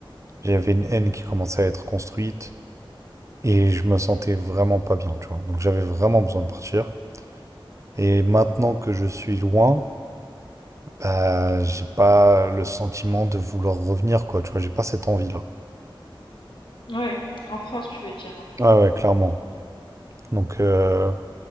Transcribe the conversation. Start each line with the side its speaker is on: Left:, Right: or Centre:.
Right: J'avais une haine qui commençait à être construite et je me sentais vraiment pas bien, tu vois. Donc j'avais vraiment besoin de partir. Et maintenant que je suis loin, bah, j'ai pas le sentiment de vouloir revenir, quoi, tu vois. J'ai pas cette envie-là.
Left: Ouais, en France, tu veux dire. hein.
Right: Ouais, ouais, clairement. Donc, euh,